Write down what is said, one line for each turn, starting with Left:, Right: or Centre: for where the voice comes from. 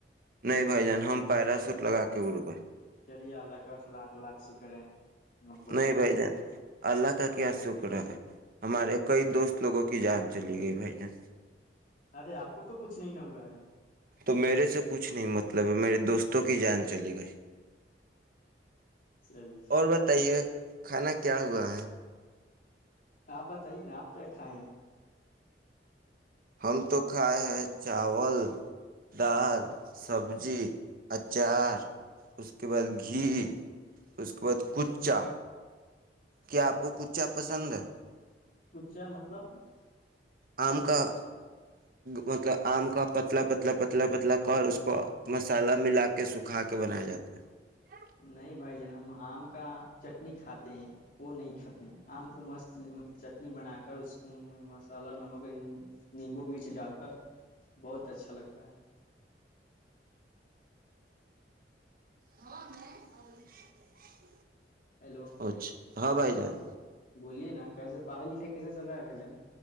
Right: نہیں بھائی جان ہم پیرا سوٹ لگا کے ارو گئے
Left: چلیے اللہ کا لاکھ لاکھ شکر ہے آپ بڑھیا
Right: نہیں
Left: ہیں۔
Right: بھائی جان اللہ کا کیا شکر ہے <unintelligible> ہمارے کئی دوست لوگوں کی جان چلی گئی بھائی جان
Left: ارے آپ کو تو کچھ نہیں ن ہوا ہے
Right: تو میرے سے کچھ نہیں مطلب ہے میرے دوست تو کی جان چلی گئی
Left: چلیے
Right: اور بتائیے کھانا کیا ہوا ہے
Left: آپ بتائیے نا آپ کیا کھائائے
Right: ہم تو کھائے ہیں چاول دال سبزی اچار اس کے بعد گھی اس کے بعد کچا کیا آپ کو کچا پسند ہے
Left: چ مطلب <unintelligible>
Right: آم کا مطلب آم کا پتلا پتلا پتلا پتلا کر اس کو مسالہ ملا کے سکھا کے بنایا جاتا ہے <unintelligible>
Left: نہیں بھائی جن ہم آم کا چٹنی کھاتے ہیں وہ نہیں کھاتے ہیں آم کو مست م چٹنی بنا کر اس کو مسالہ نمک نیمبو مرچ ڈال کر بہت اچھا لگتا ہے
Right: ہاں میں <unintelligible>
Left: ہیلو
Right: اچھا ہاں بھائی جان
Left: بولیے نا کیسے پڑھائی لکھائی کیسا چل رہا ہے بھائی جان